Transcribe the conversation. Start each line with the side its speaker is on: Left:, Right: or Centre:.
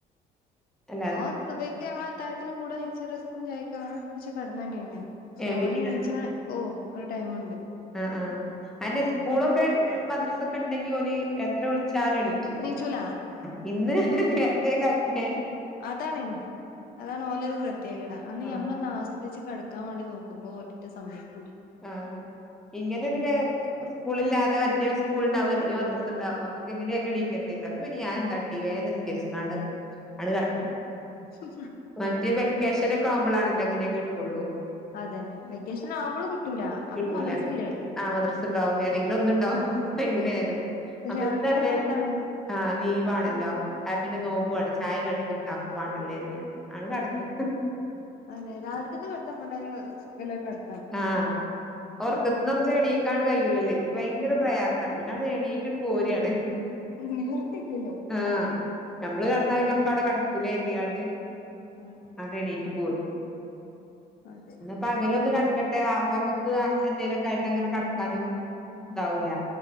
Centre: അല്ല
Left: ഓൻ സുഭയ്ക്ക് ഞങ്ങൾ അത്തായത്തിന് കൂടെ നീച്ച് റെസ്ക്കും ചായക്കും അങ്ങനെ കുടിച്ച് കടന്നെന്നേണ് ക്ഷേ
Centre: ഏഹ്
Left: ഓന്
Centre: പിന്നീട്
Left: നീച്ച്ണെ ഓ ഒരു ടൈമ്ണ്ട്
Centre: ആ ആഹ് അതന്നെ സ്കൂളൊക്കെ മദ്രസൊക്കെ ഇണ്ടെങ്കി ഓല് എത്ര വിളിച്ചാലും എണിക്കു
Left: നീച്ചുല
Centre: ആ ഇന്ന് നേർത്തെ കാൽത്തെ
Left: അതാണെയ് അതാണ് ഓലരു പ്രത്യേകത അന്ന്
Centre: ആഹ്
Left: ഞമ്മളൊന്ന് ആസ്വദിച്ച് കെട ക്കാൻ വേണ്ടി നോക്കുമ്പോ ഓലെറ്റെ സമ്മയ്ക്കുല്ല
Centre: ആഹ് ഇങ്ങനൊരു കെ സ്കൂളില്ലാതെ മറ്റേ സ്കൂള് ഇണ്ടാവും അല്ലെങ്കി മദ്റസ ഇണ്ടാവും അപ്പൊ അമ്മക്ക് എങ്ങനെണെങ്കിലും എണീക്കേണ്ടിരില്ലേ അപ്പൊപിന്നെ ഞാന് എന്താട്ടി വേം നിസ് രിച്ച്കാണ്ട് അണ് കടക്കും പി
Left: ഉ
Centre: മറ്റേ വെക്കേഷനക്കെ ആവുമ്പോളണെല്ലേ ഇങ്ങനെ കിട്ടൊള്ളൂ
Left: അതന്നെ വെക്കേഷൻ ആവുമ്പളും കിട്ടൂല
Centre: കിട്ടൂല
Left: അപ്പൊ മദ്രസല്ലേ?
Centre: ആ മദ്രസ് ഇണ്ടാവും ഏതെങ്കിലും ഒന്ന് ഇണ്ടാവും എങ്ങനെ ആയാലും അപ്പൊ
Left: രാവിലക്കത്തെ
Centre: എന്തല്ലേ
Left: കടുത്താണ്
Centre: ആഹഹ് ലീവാണല്ലോ അപ്പൊ പിന്നെ നോമ്പു ആണ് ചായിം കടിയൊന്ന് ഇണ്ടാക്കുവാണ്ടല്ലോ കരിതിയാണ്ട് ആത് നടക്കും
Left: അതെന്നെ രാവിൽക്കത്തെ കടത്തം പറഞ്ഞ ഒരു ഒര് സുഖള്ള ഒര് കട
Centre: ആഹ് ഒർക്കത്ത്ന്ന് അമ്മക്ക് എണീക്കാണ് കഴിയുലല്ലേ ഭയങ്കര
Left: ആഹ്
Centre: പ്രയാ സാണ് പിന്നെ അവ്ട്ന്ന് എണീറ്റ്ണ് പോര് ആണ്
Left: നിവർത്തില്ലല്ലോ
Centre: ആഹ് അമ്മള് കെടന്നാ പിന്നൊക്ക അവിടെ കെടക്കൂലേ കെര്തിയാണ്ട്
Left: ഓൻ
Centre: അണെ എണീറ്റ് പോരും
Left: അതെ
Centre: ഇന്ന് പകലൊന്ന് കട്ക്കട്ടെ അപ്പ അമ്മക്ക് എന്തേലൊക്കെ ആയിട്ട് അങ്ങനെ കട്ക്കാനും ഇതാവൂല